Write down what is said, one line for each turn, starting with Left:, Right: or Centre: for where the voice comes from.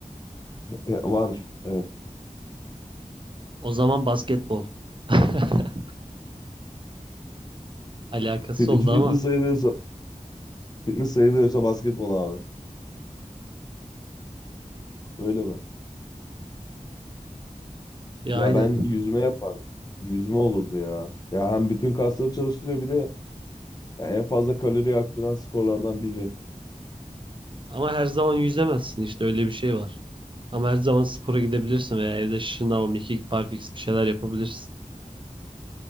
Left: Ya, var. Evet.
Right: O zaman basketbol. <laughs> Alakası
Left: Fit-
Right: oldu
Left: Fitness
Right: ama.
Left: sayılıyorsa, fitness sayılıyorsa basketbol abi. Öyle mi?
Right: Ya
Left: Ya
Right: aynen.
Left: ben yüzme yapardım. Yüzme olurdu ya. Ya hem bütün kasları çalıştırıyor bir de ya en fazla kalori yaktıran sporlardan biri.
Right: Ama her zaman yüzemezsin işte öyle bir şey var. Ama her zaman spora gidebilirsin veya evde şınav, mekik, barfiks bir şeyler yapabilirsin.